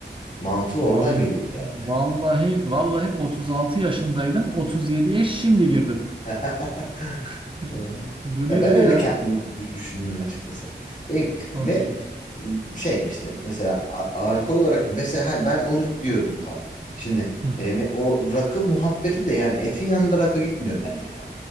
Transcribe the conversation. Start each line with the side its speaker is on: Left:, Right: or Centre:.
Left: Mantığı oradan
Right: Abi
Left: geliyor biraz
Right: vallahi
Left: da yani.
Right: vallahi 36 yaşındaydım. 37'ye şimdi girdim.
Left: <laughs>
Right: <laughs>
Left: Hmm.
Right: Bu
Left: Ya
Right: nedir
Left: ben öyle
Right: ya?
Left: kendim dü- düşünüyorum açıkçası. Ve,
Right: Çok
Left: ve
Right: iyi.
Left: şey işte mesela a- alkol olarak da mesela hani ben onu diyordum tam. Şimdi
Right: Hı.
Left: e, me- o rakı muhabbeti de yani etin yanında rakı gitmiyor bence